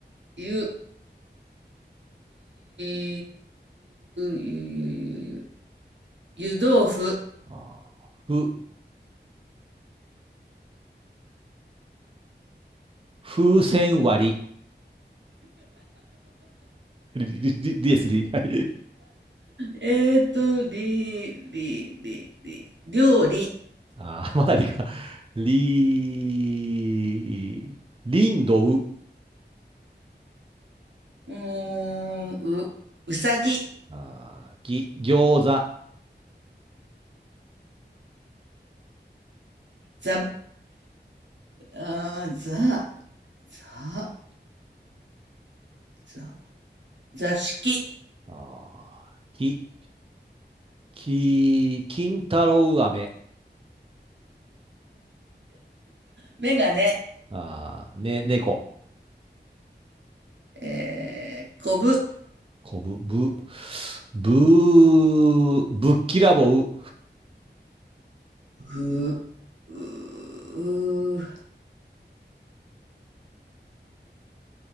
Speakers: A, on the right; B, on the right.
A: ゆ、ゆ、ゆ、ゆ、ゆ、ゆ、湯豆腐、
B: ああ、ふ、風船割り。り、り、り、りです、り。はい。
A: えーと、り、り、り、り、料理。
B: <laughs> ああ、まだりか。り、りんどう。
A: うーん、う、うさぎ。
B: ああ、ぎ、餃子。あ
A: ざ、あー、ざ、ざ、ざ、座敷。
B: あ、き、き、金太郎飴。
A: メガネ。
B: ああ、ね、猫。
A: えー、こぶ。
B: こぶ、ぶ、ぶ、ぶっきらぼう、
A: う、う、う、